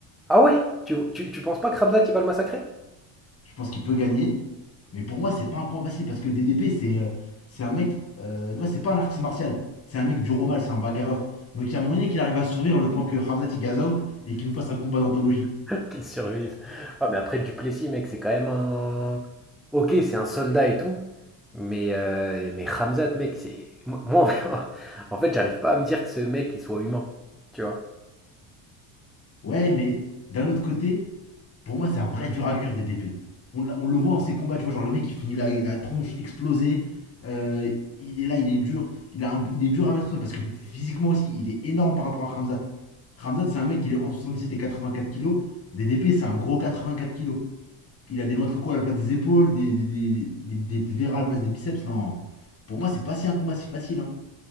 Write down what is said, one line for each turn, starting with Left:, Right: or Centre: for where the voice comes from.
Centre: Ah ouais? Tu, tu, tu penses pas que Khamzat, il va le massacrer?
Left: Je pense qu'il peut gagner. Mais pour moi, c'est pas un combat facile parce que DDP, c'est euh, c'est un mec. Euh, tu vois, c'est pas un artiste martial. C'est un mec du romal, c'est un bagarreur. Donc il y a moyen qu'il arrive à survivre le temps que Ramzat il gaze out et qu'il nous fasse un combat d'anthologie.
Centre: <laughs> Qu'il survive. Ah, mais après, Duplessis, mec, c'est quand même un. Ok, c'est un soldat et tout. Mais, euh, mais Khamzat, mec, c'est. Moi, <laughs> en fait, j'arrive pas à me dire que ce mec, il soit humain. Tu vois?
Left: Ouais, mais d'un autre côté, pour moi, c'est un vrai dur à cuire DDP. On, l'a- on le voit en ses combats, tu vois, genre le mec il finit la, la tronche explosée. euh, il est là, il est dur. Il, a un- il est dur à mettre au sol parce que physiquement aussi, il est énorme par rapport à Ramzat. Ramzat, c'est un mec qui est en 77 et 84 kilos. DDP, c'est un gros 84 kilos. Il a des noix de coco à la place des épaules, des, des, des, des, des- verras à la place des biceps. Non, pour moi, c'est pas si un combat si facile. hein.